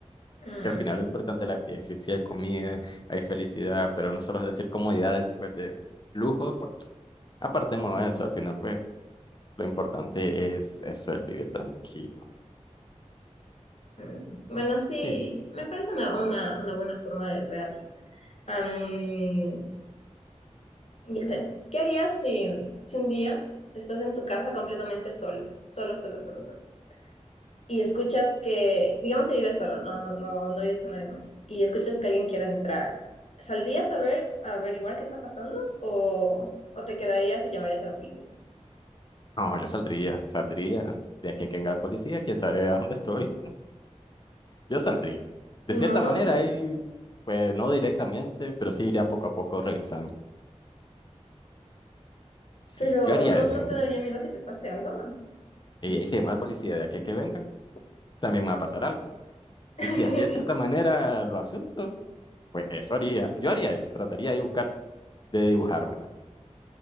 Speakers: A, on the left; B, on the left.
A: Mm.
B: Que al final lo importante es la que sí, sí hay comida, hay felicidad, pero no solo es decir comodidades, pues de lujo, pues apartemos de eso. Al final, pues lo importante es eso, el vivir tranquilo.
A: Mm, Bueno, sí,
B: Sí,
A: me parece una, una, una buena forma de verlo. Am, ya sé. ¿Qué harías si, si un día estás en tu casa completamente solo? Solo, solo, solo, solo. Y escuchas que, digamos que vives solo, no, no, no, no vives con nadie más. Y escuchas que alguien quiere entrar. ¿Saldrías a ver, a averiguar qué está pasando? ¿O, o te quedarías y llamarías a la policía?
B: no, yo saldría, saldría de aquí a que venga la policía, quién sabe a dónde estoy. Yo saldría.
A: No,
B: De cierta manera, ahí, pues no directamente, pero sí iría poco a poco revisando. Sí,
A: pero
B: yo haría
A: ¿no,
B: eso.
A: no te daría miedo que te pase algo?
B: Y ahí se llama a la policía de aquí a que vengan, también me va a pasar algo.
A: <laughs>
B: Y si así de cierta manera lo asunto, pues eso haría. Yo haría eso, trataría de buscar, de dibujármela.